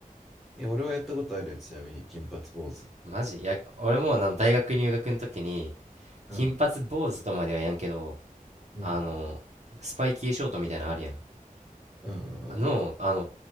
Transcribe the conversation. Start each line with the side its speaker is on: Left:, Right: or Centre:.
Centre: いや、俺はやったことあるよ、ちなみに、金髪坊主。
Right: マジいや、俺もあの大学入学の時に、
Centre: うん、
Right: 金髪坊主とまではやんけど、
Centre: うん、
Right: あの、スパイキーショートみたいなのあるやん。
Centre: うん、う
Right: あの、
Centre: ん、
Right: あの、